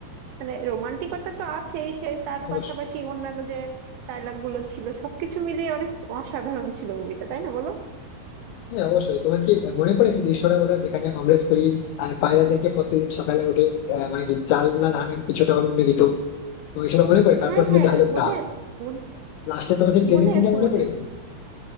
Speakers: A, on the right (about 75°); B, on the left (about 80°).
A: মানে রোমান্টিকতা তো আছে সে তার
B: অবশ্যই
A: পাশাপাশি অন্যান্য যে ডায়লগ গুলো ছিল সবকিছু মিলিয়ে অনেক অসাধারণ ছিল মুভিটা তাই না বলো
B: হ্যাঁ অবশ্যই তোমার কি আহ, মনে পড়ে সেই দৃশ্যটা কোথাও যেখানে অমরেশ পুরী আহ, পায়রাদেরকে প্রত্যেকদিন সকালে উঠে আহ, মানে কি চাল না ধান কিছুটা ভাবে মনে দিত তো সেটা মনে পড়ে তারপর
A: হ্যাঁ
B: সে
A: হ্যাঁ
B: ডায়লগটা
A: মনে মন-
B: লাস্টে তোমার সেই ট্রেনিং
A: মনে
B: সিনটা
A: আছে
B: মনে
A: মনে
B: পড়ে
A: আছে।